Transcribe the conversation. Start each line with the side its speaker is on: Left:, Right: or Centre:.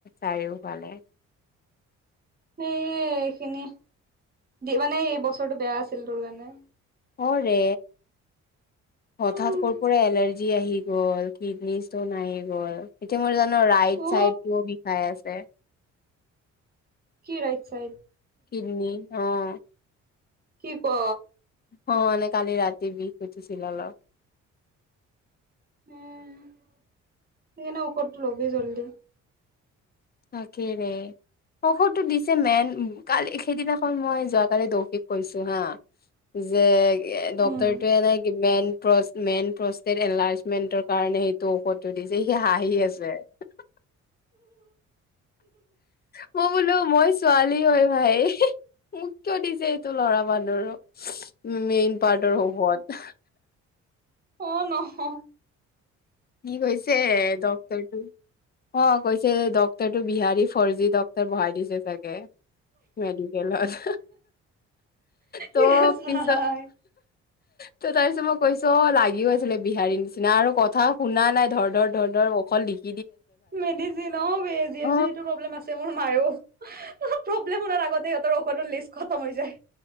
Left: চাৰিওফালে।
Right: সেই এইখিনি মানে এই বছৰটো বেয়া আছিল তোৰ কাৰণে।
Left: অ' ৰে। হঠাৎ
Right: উম
Left: ক'ৰ পৰা এলাৰ্জি আহি গল কিডনী স্তন আহি গল ৰাইট
Right: অ
Left: চাইড টোও বিষাই আছে।
Right: কি ৰাইট চাইড?
Left: কিডনী, অ'।
Right: কি - ক '?
Left: অহ, মানে কালি ৰাতি বিষ উঠিছিল অলপ।
Right: উম, সেইকাৰণে ঔষধটো ল'বি জল্দি।
Left: তাকে ৰে ঔষধটো দিছে মেইন কালি সেইদিনাখন মই যোৱাকালি দৌশিক কৈছোঁ হা যে ডক্তৰটোৱে
Right: উম
Left: এ নাই মেইন প্ৰচ -মেইন প্ৰষ্টেট এলাৰ্জমেণ্টৰ কাৰণে সেইটো ঔষধ এইযে হি হাঁহি আছে <unintelligible> মই বোলো মই ছোৱালী হয় ভাই মোক কিয় দিছে এইটো ল'ৰা মানুহৰ মেইন পাৰ্টৰ <unintelligible>
Right: অহ, নহয়।
Left: কৈছে ডক্টৰটো অহ কৈছে ডক তোৰটো বিহাৰী ফৰ্জী ডক্তৰ বহাই দিছে চাগে। মেডিকেলৰ <unintelligible> ত'
Right: ইয়েছ
Left: পিছত
Right: ভাই
Left: ত 'তাৰপিছত মই কৈছো অহ লাগিও আছিলে বিহাৰীৰ নিচিনা আৰু কথাও শুনা নাই ধৰ- ধৰ -ধৰ- ধৰ অকল কি
Right: মেডিচিন অ' বে। জি
Left: অ
Right: এম চিত ইটো প্ৰব্লেম আছে মোৰ মাৰো। প্ৰব্লেম শুনাৰ আগতে সিহঁতৰ ঔ ষধৰ লিষ্ট খতম হৈ যায়।